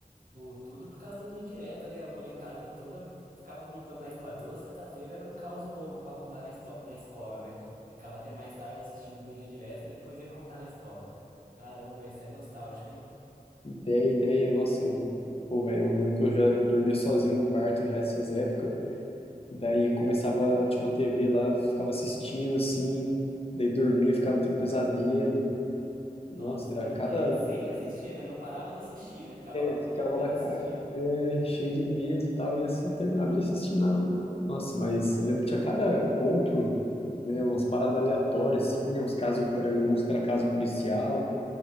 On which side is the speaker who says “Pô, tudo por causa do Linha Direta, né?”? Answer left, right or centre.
Right